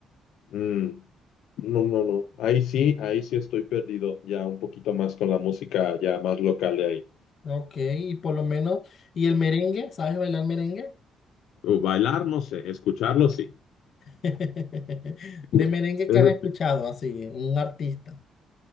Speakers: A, on the left; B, on the left.
A: Mm, no, no, no. Ahí sí, ahí sí estoy perdido, ya un poquito más con la música ya más local de ahí.
B: ok, y por lo menos, ¿y el merengue? ¿Sabes bailar merengue?
A: Uh, Bailar, no sé, escucharlo sí.
B: <laughs> De
A: <laughs>
B: merengue que has escuchado, así, un artista.